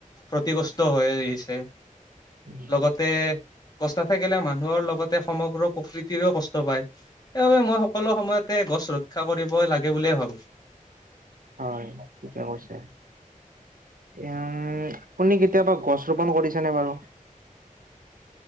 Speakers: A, on the left; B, on the right.
A: প্ৰতি কষ্ট হৈ আহিছে।
B: হয়,
A: লগতে গছ নাথাকিলে মানুহৰ লগতে সমগ্ৰ প্ৰকৃতিৰেো কষ্ট পায় সেইবাবে মই সকলো সময়তে গছ ৰক্ষা কৰিব লাগে বুলিয়ে ভাবোঁ।
B: হয়, ঠিকে কৈছা উ, আপুনি কেতিয়াবা গছ ৰোপন কৰিছেনে বাৰু?